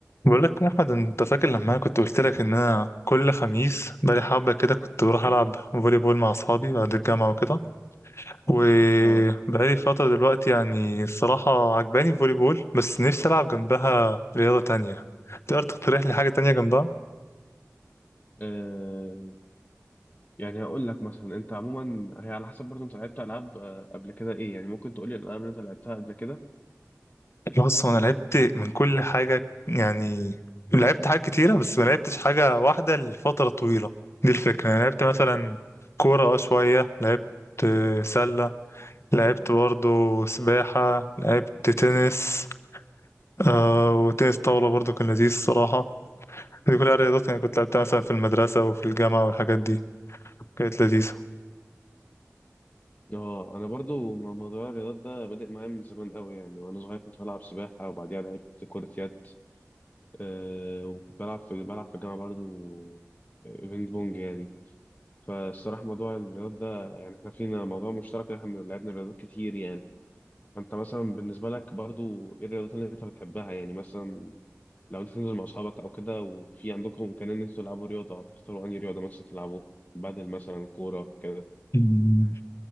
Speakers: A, on the left; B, on the left.
A: بقول لك يا احمد انت فاكر لما انا كنت قلت لك ان انا كل خميس بقالي حبه كده كنت بروح العب فولي بول مع اصحابي بعد الجامعه وكده وبقالي
B: اه
A: فتره دلوقتي يعني الصراحه عجباني فولي بول بس نفسي العب جنبها رياضه تانية تقدر تقترح لي حاجه تانية جنبها
B: آه، يعني هقول لك مثلا انت عموما هي على حسب برضو انت لعبت العاب آه، قبل كده ايه يعني ممكن تقول لي الالعاب اللي انت لعبتها قبل كده
A: بص هو انا لعبت من كل حاجه يعني لعبت حاجات كتيره بس ما لعبتش حاجه واحده لفتره طويله دي الفكره انا لعبت مثلا كوره اه شويه لعبت سله لعبت برضو سباحة لعبت تنس آه وتنس طاولة برضو كان لذيذ الصراحة دي كلها رياضات يعني كنت لعبتها مثلا في المدرسة وفي الجامعة والحاجات دي كانت لذيذة
B: اه انا برضو م- موضوع الرياضات ده بادئ معايا من زمان قوي يعني وانا صغير كنت بلعب سباحه وبعديها لعبت كره يد أه وبلعب في بلعب في الجامعه برضو آه، بينج بونج يعني فالصراحه موضوع الرياضات ده يعني احنا فينا موضوع مشترك إن احنا لعبنا رياضات كتير يعني فانت مثلا بالنسبه لك برضو ايه الرياضات اللي انت بتحبها يعني مثلا لو انت تنزل مع اصحابك او كده وفي عندكم امكانيه ان انتوا تلعبوا رياضه هتختاروا انهي رياضه مثلا تلعبوه بدل مثلا كوره كده
A: مم.